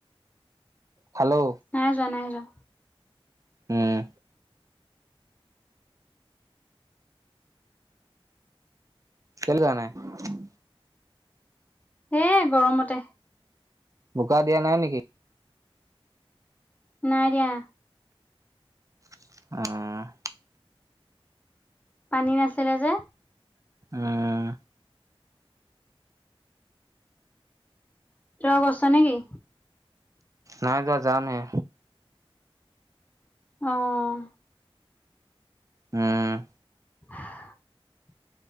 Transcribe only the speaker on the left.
নাই যোৱা, নাই যোৱা।
এই গৰমতে।
নাই দিয়া।
পানী নাছিলে যে।
তোমাৰ গৈছে নেকি?
আহ।
<unintelligible>